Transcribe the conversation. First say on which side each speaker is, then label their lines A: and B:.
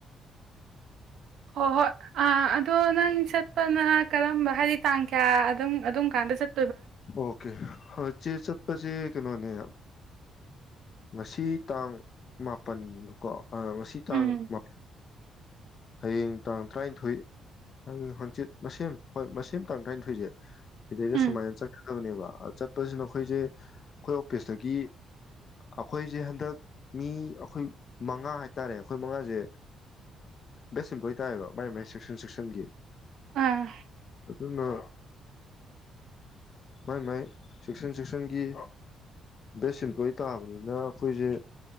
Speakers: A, on the right; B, on the left.
A: ꯍꯣꯏ ꯍꯣꯏ ꯑ ꯑꯗꯣ ꯅꯪ ꯆꯠꯄꯅ ꯀꯔꯝꯕ ꯍꯥꯏꯗꯤ ꯇꯥꯡ ꯀꯌꯥ ꯑꯗꯨꯝ ꯑꯗꯨꯝ ꯀꯥꯟꯗ ꯆꯠ
B: ꯑꯣꯀꯦ ꯆꯦ ꯆꯠꯄꯁꯦ ꯀꯩꯅꯣꯅꯦ ꯉꯁꯤ ꯇꯥꯡ ꯃꯥꯄꯟꯗꯀꯣ ꯉꯁꯤ ꯇꯥꯡ
A: ꯎꯝ
B: ꯃꯥ ꯍꯌꯦꯡ ꯇꯥꯡ ꯇꯔꯥꯅꯤꯊꯣꯏ ꯍꯪꯆꯤꯠ ꯃꯦꯝ ꯍꯣꯏ ꯃꯦꯝ ꯇꯥꯡ ꯇꯔꯥꯅꯤꯊꯣꯏꯁꯦ ꯁꯤꯗꯩꯩꯅ
A: ꯎꯝ
B: ꯁꯨꯃꯥꯏꯅ ꯆ ꯆꯕꯅꯦꯕ ꯆꯠꯄꯁꯤꯅ ꯑꯩꯈꯣꯏꯁꯦ ꯑꯩꯈꯣꯏ ꯑꯣꯐꯤꯁꯇꯒꯤ ꯑꯩꯈꯣꯏꯁꯦ ꯍꯟꯗꯛ ꯃꯤ ꯑꯩꯈꯣꯏ ꯃꯉꯥ ꯍꯥꯏꯇꯥꯔꯦ ꯑꯩꯈꯣꯏ ꯃꯉꯥꯁꯦ ꯕꯦꯁ ꯑꯦꯝꯄ꯭ꯂꯣꯏ ꯇꯥꯏꯌꯦꯕ ꯃꯥꯏ ꯃꯥꯏ ꯁꯦꯛꯁꯟ ꯁꯦꯛꯁꯟꯒꯤ
A: ꯑꯥ
B: ꯑꯗꯨꯅ ꯃꯥꯏ ꯃꯥꯏ ꯁꯦꯛꯁꯟ ꯁꯦꯛꯁꯟꯒꯤ ꯕꯦꯁ ꯏꯝꯄ꯭ꯂꯣꯏꯤ ꯇꯥꯕꯅꯤꯅ ꯑꯩꯈꯣꯏꯁꯦ